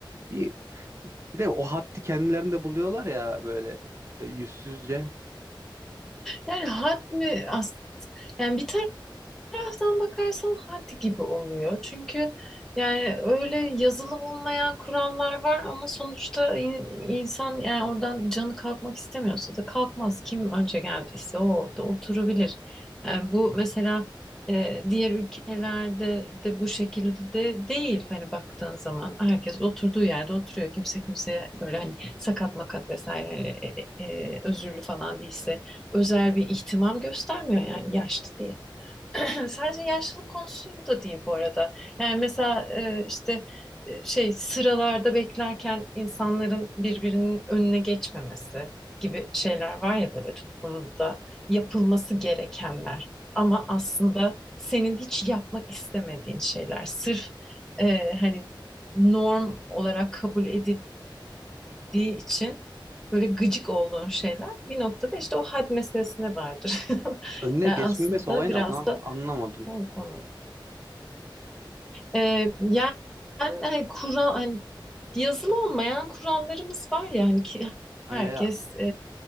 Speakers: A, on the right; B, in the centre.
A: Bir, bir de o haddi kendilerinde buluyorlar ya böyle e, yüzsüzce.
B: Yani had mi as yani bir taraftan bakarsan hadi gibi oluyor. Çünkü yani öyle yazılı olmayan kurallar var ama sonuçta in- insan yani oradan canı kalkmak istemiyorsa da kalkmaz. Kim önce geldiyse o orada oturabilir. Yani bu mesela e, diğer ülkelerde de bu şekilde değil. Hani baktığın zaman herkes oturduğu yerde oturuyor. Kimse kimseye böyle hani sakat makat vesaire hani, e, e, e, özürlü falan değilse özel bir ihtimam göstermiyor yani yaşlı diye. <clears throat> Sadece yaşlılık konusu da değil bu arada. Yani mesela e, işte e, şey sıralarda beklerken insanların birbirinin önüne geçmemesi gibi şeyler var ya böyle toplumda yapılması gerekenler. Ama aslında senin hiç yapmak istemediğin şeyler. Sırf e, hani norm olarak kabul edildiği için böyle gıcık olduğun şeyler bir noktada işte o had meselesine vardır. <laughs>
A: Önüne
B: Yani
A: geçmemesi
B: aslında
A: olayını
B: biraz
A: onu
B: da
A: anlamadım.
B: o konu. Ee, yani hani kural hani yazılı olmayan kurallarımız var ya hani ki
A: Hayır
B: herkes
A: hayır.
B: e,